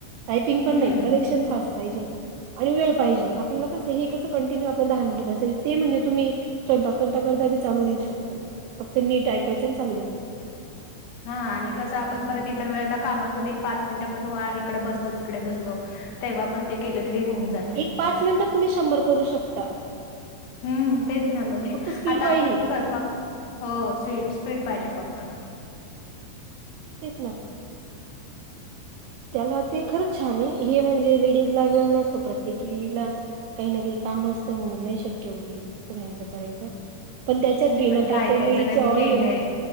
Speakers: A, on the right; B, on the left.
A: टायपिंग पण
B: हम्म
A: नाही करेक्शन फास्ट आणि वेळ पाहिजे आपल्याला कस हे कस कंटिन्यू आपल्याला दहा मिनिट बसायच ते म्हणजे तुम्ही स्वयंपाक करता, करता बी चालू देईल शकतात फक्त नीट ऐकायचं आणि चालू द्यायच.
B: हा आणि कसं आपण परत इतर वेळेला कामातून एक पाच मिनिटं पण वा इकडे बसतो, तिकडे बसतो. तेव्हा पण ते केले तरी होऊन जाते.
A: एक पाच मिनिटात तुम्ही शंभर करू शकता.
B: हम्म तेच ना मग ते
A: फक्त स्पीड
B: आता
A: पाहिजे
B: आपण स्वयंपाक हो स्विट, स्पीड पाहिजे फक्त.
A: तेच ना. त्याला ते खरंच छान आहे हे म्हणजे लेडीज ला वेळ न असतो प्रत्येकीला काही ना काही काम असतं म्हणून नाही शक्य होती सगळ्यांचं करायचं. पण त्याच्यात भी
B: पण
A: ना काही,
B: काय
A: काही
B: काय
A: लेडीजचे
B: जणांनी
A: ऑडिओ
B: केलंय
A: ना